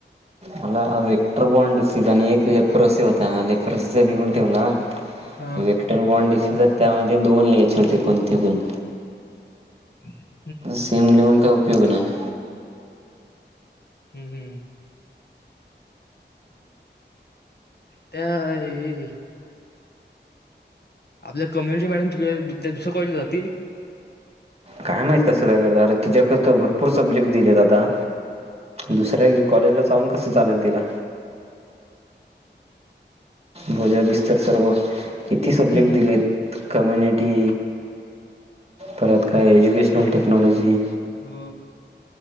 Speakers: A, on the right; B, on the left.
A: मला वेक्टरबॉ्ड डिसज आणि एक लेपरसी होता. लेपरसीचा लिवून ठेवला.
B: हा
A: विक्टर बॉनडस. त्यामध्ये दोन लिंहायचे होते कोणते पण.
B: हठी <unintelligible>
A: सेम लेवन का उ उपयोग नाही.
B: हम्म हम्म त्या ए ए ए आपल्या कम्युनिटी मॅडम तीक त्या दुसरं कॉलेज जातील.
A: काय माहित कसं काय करत, अरे तिच्याकडे तर भरपूर सब्जेक्ट दिलेत, आता दुसऱ्या कॉलेजला जाऊन कसं चालेल तिला. बोजा विस्तर सर्व. किती सब्जेक्ट
B: हम्म.
A: दिलेत. कम्युनिटी परत काय एज्युकेशनल टेक्नॉलॉजी.
B: हो.